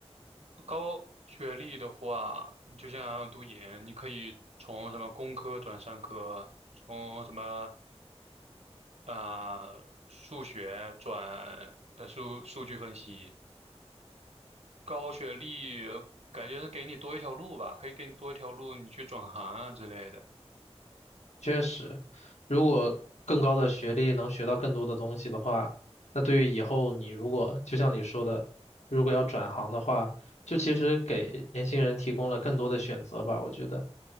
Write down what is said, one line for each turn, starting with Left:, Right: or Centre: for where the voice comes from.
Right: 高学历的话，你就像读研，你可以从什么工科转商科，从什么啊、呃数学转呃数数据分析。高学历呃感觉是给你多一条路吧，可以给你多一条路，你去转行啊之类的。
Left: 确实，如果更高的学历能学到更多的东西的话，那对于以后你如果就像你说的，如果要转行的话，就其实给年轻人提供了更多的选择吧，我觉得。